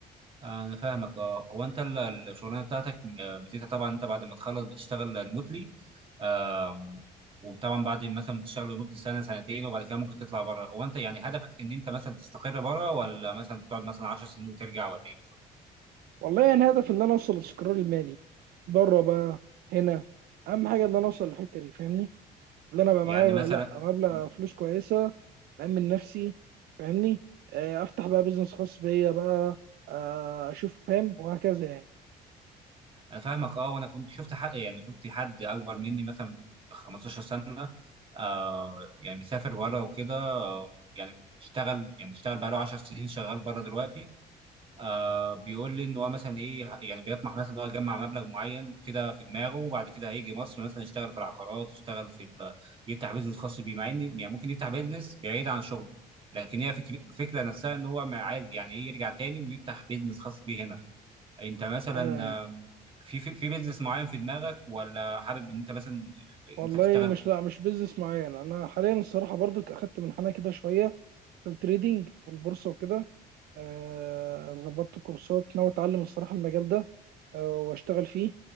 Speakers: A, on the right; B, on the right.
A: آه انا فاهمك اه هو انت ال- الشغلانه بتاعتك آه، ميزتها طبعا انت بعد ما تخلص بتشتغل ريموتلي آه وطبعا بعد مثلا تشتغل لمده سنه سنتين وبعد كده ممكن تطلع بره هو انت يعني هدفك ان انت مثلا تستقر بره ولا مثلا تقعد مثلا 10 سنين وترجع ولا ايه بالظبط؟
B: والله يعني هدف ان انا اوصل للاستقرار المالي بره بقى هنا اهم حاجه ان انا اوصل للحته دي فاهمني ان انا بقى
A: يعني
B: معايا
A: مثلا
B: لا مبلغ
A: مم.
B: فلوس كويسه مأمن نفسي فاهمني آه، افتح بقى بيزنس خاص بيا بقى آه، اشوف فاهم وهكذا يعني
A: انا فاهمك اه وانا كنت شفت حق يعني شفت حد اكبر مني مثلا ب 15 سنه آه يعني بيسافر بره وكده آه يعني بيشتغل يعني اشتغل بقاله 10 سنين شغال بره دلوقتي آه بيقول لي ان هو مثلا ايه يعني بيطمح مثلا ان هو يجمع مبلغ معين كده في دماغه وبعد كده هيجي مصر مثلا يشتغل في العقارات يشتغل في ال... يفتح بيزنس خاص بيه مع ان يعني ممكن يفتح بيزنس بعيد عن شغله لكن هي فكر... الفكره نفسها ان هو ما عايز يعني ايه يرجع تاني ويفتح بيزنس خاص بيه هنا انت مثلا
B: ايوه ايوه
A: آه، في في, في بيزنس معين في دماغك ولا حابب ان انت مثلا ان
B: والله
A: انت تشتغل
B: مش لا مش بيزنس معين انا حاليا الصراحه برضو اخدت منحنى كده شويه في التريدينج والبورصه وكده آه، ظبطت كورسات ناوي اتعلم الصراحه المجال ده آه، واشتغل فيه